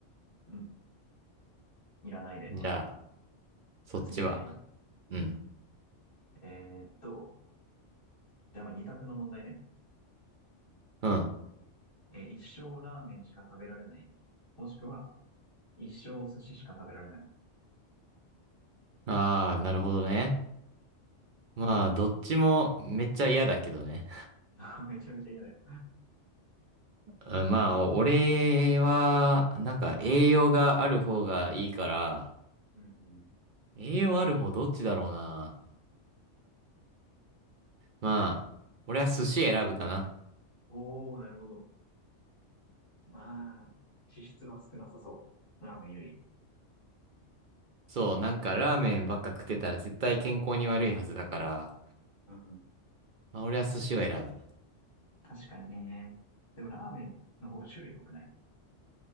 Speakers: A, on the left; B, on the right.
A: うん。いらないで、
B: じゃあ、
A: 俺も。
B: そっちは。
A: じゃあ次ね。
B: うん、
A: えーっと、じゃあまあ二択の問題ね。
B: うん。
A: えー一生ラーメンしか食べられない。もしくは、一生お寿司しか食べられない。
B: ああ、なるほどね。まあ、
A: あ
B: どっちもめっちゃ嫌だけどね。
A: は <laughs> めちゃめちゃ嫌だよ。
B: うんまあ、俺は、なんか栄養がある方がいいから、
A: うんうん。
B: 栄養ある方どっちだろうな。まあ、俺は寿司選ぶかな。
A: おー、なるほど。まあ、脂質は少なさそう。ラーメンより。
B: そう、なんかラーメンばっか食ってたら絶対健康に悪いはずだから、
A: うんうん。
B: まあ、俺は寿司を選ぶ。
A: 確かにね。でもラーメンの方が種類多くない